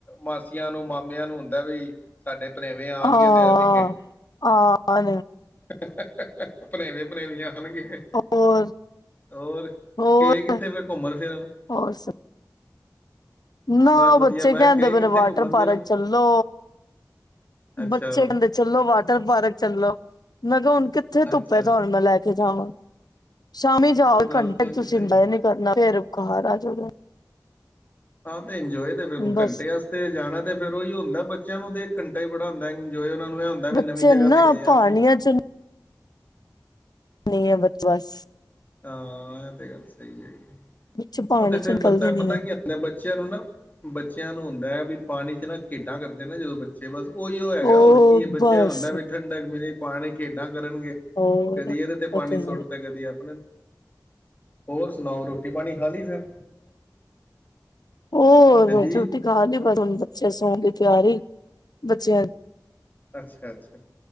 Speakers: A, on the left; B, on the left.
A: ਮਾਸੀਆਂ ਨੂੰ ਮਾਮਿਆਂ ਨੂੰ ਹੁੰਦਾ ਵੀ ਸਾਡੇ ਭਨੇਵੇਂ ਆਉਣਗੇ
B: ਹਾਂ
A: ਤੇ ਅਸੀਂ
B: ਆਹ
A: <inaudible> ਭਣੇਵੇਂ ਭਣੇਵੀਆ ਆਉਣਗੇ
B: ਹੋਰ
A: ਹੋਰ
B: ਹੋਰ
A: ਗਏ ਕਿੱਥੇ ਫੇਰ ਘੁੰਮਣ ਫਿਰਨ
B: ਹੋਰ ਨਾ
A: ਬਸ ਵਧੀਆ
B: ਬੱਚੇ
A: ਮੈਂ
B: ਕਹਿੰਦੇ
A: ਗਏ
B: ਪਏ
A: ਕਿੱਥੇ
B: ਨੇ ਵਾਟਰ
A: ਘੁੰਮਣ
B: ਪਾਰਕ
A: ਫਿਰਨ
B: ਚੱਲੋ
A: ਅੱਛਾ
B: ਬੱਚੇ ਕਹਿੰਦੇ ਚੱਲੋ ਵਾਟਰ ਪਾਰਕ ਚੱਲੋ ਮੈਂ ਕਿਹਾ ਹੁਣ ਤੇ ਧੁੱਪ
A: ਅੱਛਾ
B: ਫੈਦਾ ਹੋਣ ਵਾਲੈ <inaudible> ਸ਼ਾਮੀ ਜਾਓ
A: ਆਹ
B: ਇੱਕ
A: ਗੱਲ
B: ਘੰਟਾ
A: ਤੇ ਇਹ
B: ਤੁਸੀਂ
A: ਵੀ ਸਹੀ
B: ਇੰਜੋਏ ਨੀ ਕਰਨਾ ਫੇਰ ਘਾਰ ਆ ਜਾਓਗੇ
A: ਹਾਂ ਤੇ ਇੰਜੋਏ ਤੇ ਫੇਰ ਹੁਣ
B: ਬਸ
A: ਘੰਟੇ ਆਸਤੇ ਜਾਣਾ ਤੇ ਫੇਰ ਉਹੀਓ ਹੁੰਦਾ ਬੱਚਿਆਂ ਨੂੰ ਦੇਖ ਘੰਟਾ ਹੀ ਬੜਾ ਹੁੰਦਾ ਏ, ਇੰਜੋਏ ਉਹਨਾਂ ਨੂੰ ਇਹ ਹੁੰਦਾ ਵੀ
B: ਬੱਚੇ
A: ਨਵੀਂ ਜਗ੍ਹਾ
B: ਏਨਾ
A: ਤੇ ਗਏ ਹਾਂ
B: ਪਾਣੀਆਂ
A: ਅਸੀਂ
B: ਚ <unintelligible>
A: ਹਾਂ, ਇਹ ਤੇ ਗੱਲ ਸਹੀ ਹੈਗੀ ਏ।
B: ਬੱਚੇ ਪਾਣੀ
A: ਉਹ ਤੇ ਫੇਰ
B: ਚ ਨਿਕਲਦੇ
A: ਬੱਚਾ
B: ਨੀ
A: ਪਤਾ
B: ਹੈ
A: ਕੀ ਹੁੰਦਾ ਬੱਚਿਆਂ ਨੂੰ ਨਾ, ਬੱਚਿਆਂ ਨੂੰ ਹੁੰਦਾ ਹੈ ਵੀ ਪਾਣੀ ਚ ਨਾ ਖੇਡਾਂ ਕਰਦੇ ਨਾ ਜਦੋਂ ਬੱਚੇ ਬਸ ਉਈਉ ਹੈਗਾ
B: ਉਹ
A: ਹੋਰ ਕੀ ਏ ਬੱਚਿਆਂ
B: ਬਸ
A: ਹੁੰਦਾ ਵੀ ਠੰਡਕ ਮਿਲੇ, ਪਾਣੀ ਖੇਡਾਂ ਕਰਨਗੇ,
B: ਹੋਰ
A: ਕਦੀ
B: ਉਹ
A: ਇਹਦੇ ਤੇ ਪਾਣੀ ਸੁੱਟ
B: ਹੈ
A: ਤੇ ਕਦੀ ਆਪ ਹੋਰ ਸੁਣਾਓ ਰੋਟੀ-ਪਾਣੀ ਖਾ ਲਈ ਫਿਰ
B: ਹੋਰ
A: ਹਾਂਜੀ
B: ਰੋਟੀ-ਰੂਟੀ ਖਾ ਲਈ ਪਰ ਬਸ ਹੁਣ ਬੱਚੇ ਸੋਨ ਦੀ ਤਿਆਰੀ ਬੱਚਿਆਂ
A: ਅੱਛਾ-ਅੱਛਾ,